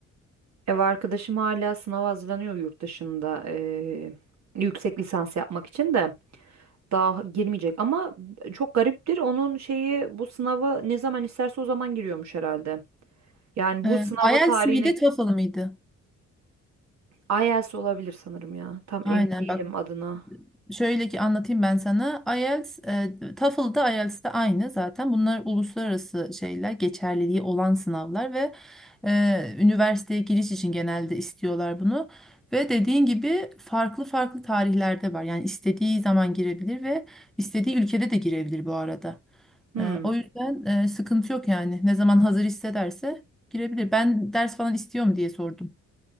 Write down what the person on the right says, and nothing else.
Ev arkadaşım hala sınava hazırlanıyor yurt dışında eee, yüksek lisans yapmak için de daha girmeyecek ama çok gariptir onun şeyi bu sınava ne zaman isterse o zaman giriyormuş herhalde. Yani
bu sınava
tarihine
IELTS olabilir sanırım ya. Tam
emin değilim
adına.
Hmm.